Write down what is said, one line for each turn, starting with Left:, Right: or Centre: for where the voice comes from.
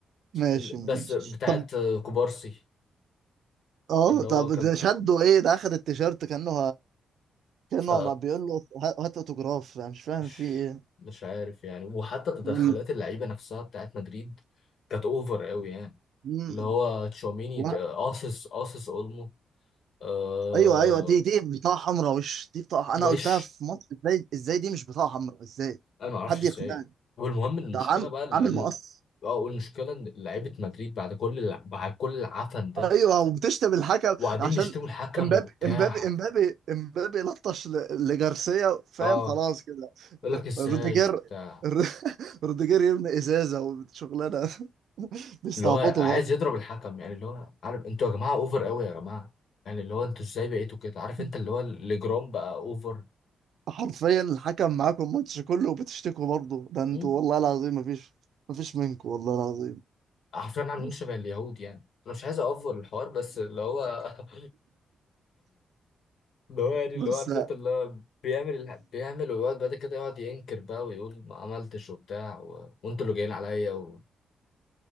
Right: ماشي
Left: ال- بس
Right: ماشي.
Left: بتاعت
Right: طب
Left: كوبارسي
Right: اه
Left: اللي هو
Right: طب
Left: كان
Right: ده شدوا ايه ده اخد التيشيرت كانه كانه
Left: ف
Right: ما بيقول له ه- هات اوتوجراف انا مش فاهم
Left: مش
Right: في ايه
Left: مش عارف يعني وحتى تدخلات
Right: وال...
Left: اللعيبه نفسها بتاعت مدريد كانت اوفر قوي يعني
Right: مم.
Left: اللي هو تشاوميني
Right: و...
Left: ده قاصص قاصص اولمو آه
Right: ايوه ايوه دي دي بطاقه حمراء مش دي بطاقه
Left: وش
Right: انا قلتها في مصر ازاي ازاي دي مش بطاقه حمراء ازاي
Left: انا ما اعرفش
Right: حد
Left: ازاي
Right: يقنعني
Left: والمهم المشكله
Right: ده عم
Left: بقى ال-
Right: عامل
Left: ال-
Right: مقص
Left: اه المشكله ان لعيبه مدريد بعد كل الع- بعد كل العفن ده
Right: ايوه وبتشتم الحكم
Left: وقاعدين
Right: عشان
Left: بيشتموا الحكم
Right: امبابي
Left: وبتاع
Right: امبابي امبابي امبابي لطش ل... لجارسيا فاهم
Left: اه
Right: خلاص كده
Left: يقول لك ازاي
Right: روديجير
Left: وبتاع
Right: <laughs> روديجير يرمي ازازه وشغلانه <laughs> بيستعبطوا
Left: اللي هو عايز يضرب الحكم يعني اللي هو عارف انتوا يا جماعه اوفر قوي يا جماعه يعني اللي هو انتوا ازاي بقيتوا كده عارف
Right: برضه
Left: انت اللي هو الاجرام بقى اوفر
Right: حرفيا الحكم معاكم الماتش كله وبتشتكوا برضه ده انتوا
Left: مم.
Right: والله العظيم مفيش مفيش منكم والله العظيم
Left: عارفين عاملين
Right: بس
Left: شبه اليهود يعني انا مش عايز اوفر الحوار بس اللي هو <laughs> اللي هو يعني
Right: بس
Left: اللي هو عارف
Right: <laughs>
Left: انت اللي هو بيعمل الح- بيعمل ويقعد بعد كده يقعد ينكر بقى ويقول ما عملتش وبتاع و... وانتوا اللي جايين عليا و...